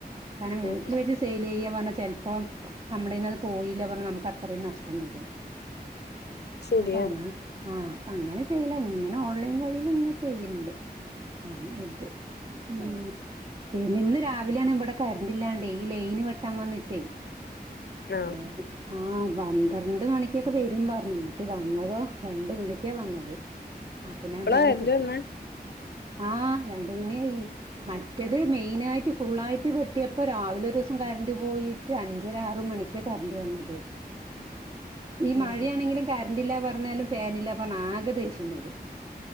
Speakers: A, on the right (about 35°); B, on the left (about 85°).
A: കാരണം വീട്ടില്
B: ആഹ്
A: വെച്ച് സെയിൽ ചെയ്യ പറഞ്ഞ ചെലപ്പോം നമ്മുടെന്ന് അത് പോയില്ല പറഞ്ഞ നമുക്ക് അത്രയും നഷ്ടം വരും
B: ശരിയാണ്
A: അപ്പൊ അങ്ങെന ആഹ് അപ്പ അങ്ങനെ ചെയ്ല ഇങ്ങനെ ഓൺലൈൻ വഴിൽ ഇങ്ങെ ചെയ്യുന്നുണ്ട് ആനായിട്ട് മം പിന്നെ ഇന്ന് രാവിലെയാണ് ഇവിടെ കറണ്ടില്ലാണ്ട് ഈ ലൈന് വെട്ടാൻ വന്നിട്ടേ
B: ആഹ്
A: എഹ് ആഹ് പന്ത്രണ്ട് മണിക്കൊക്കെ വരും പറഞ്ഞു എന്നിട്ട് വന്നതോ രണ്ട് മണിക്കാ വന്നത്. അപ്പൊ
B: ഇപ്പളാ
A: ഞാൻ പിന്നെ
B: കരണ്ട്
A: കുട്ടി
B: വന്നേ
A: ആഹ് രണ്ട മണിയായി മറ്റത് മെയിനായിട്ട് ഫുള്ളായിട്ട് വെട്ടിയപ്പോ രാവിലെ ഒരു ദിവസം കറണ്ട് പോയിട്ട് അഞ്ചര ആറ് മണിക്ക്. ക്കാ കരണ്ട് വന്നത് ഈ
B: ഉം
A: മഴയാണെങ്കിലും കറണ്ടില്ല പറഞ്ഞാലും ഫാനില്ല പറഞ്ഞ ആകെ ദേഷ്യം വരും